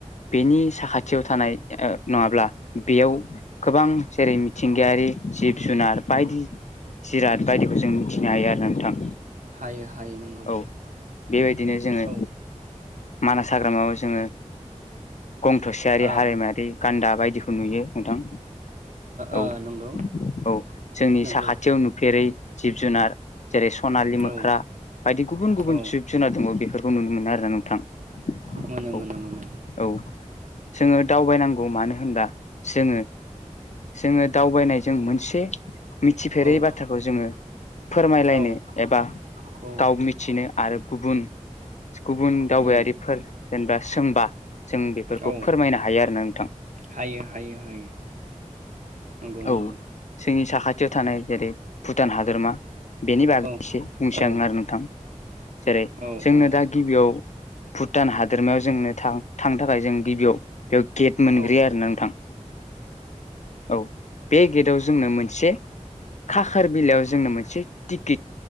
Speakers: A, on the left (about 65°); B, on the right (about 75°).
A: बेनि साखाथियाव थानाय नङाब्ला बेयाव गोबां जेरै मिथिंगायारि जिब जुनार बायदि जिराद बायदिखौ जों मिथिनो हायो आरो नोंथां।
B: हायो हायो नंगौ
A: औ बेबायदिनो जोङो
B: औ ओ
A: मानास हाग्रामायाव जोङो गं थसेयारि
B: ओ
A: हारिमायारि गान्दा बायदिखौ नुयो नोंथां। औ
B: ओ नंगौ
A: औ जोंनि
B: नंगौ
A: साखाथियाव नुफेरै जिब जुनार जेरै सनालि मोख्रा
B: औ
A: बायदि गुबुन गुबुन
B: औ
A: जिब जुनार दङ बेफोरखौ नुनो मोनो आरोना नोंथां।
B: मोनो
A: औ
B: मोनो मोनो।
A: औ जोङो दावबायनांगौ मानो होनब्ला जोङो जोङो दावबायनायजों मोनसे मिथिफेरै
B: औ
A: बाथ्राखौ जोङो फोरमायलायनो
B: औ
A: एबा
B: औ
A: गाव मिथिनो आरो गुबुन गुबुन दावबायारिफोर
B: उम
A: जेनेबा सोंबा जों बेफोरखौ
B: औ
A: फोरमायनो हायो आरोना नोंथां।
B: हायो हायो हायो नंगौ नंगौ।
A: औ जोंनि साखाथियाव थानाय जेरै भुटान हादरमा बेनि बागै
B: औ
A: एसे बुंसै
B: औ
A: आरोना नोंथां जेरै
B: औ
A: जोंनो
B: औ
A: दा गिबियाव भुटान हादोरमायाव जोंनो थां थांनो थाखाय जों गिबियाव -याव गेट मोनग्रोयो
B: औ
A: आरोना नोंथां औ। बे गेटआव जोंनो मोनसे खाखोर बिलाइयाव जोंनो मोनसे टिकेट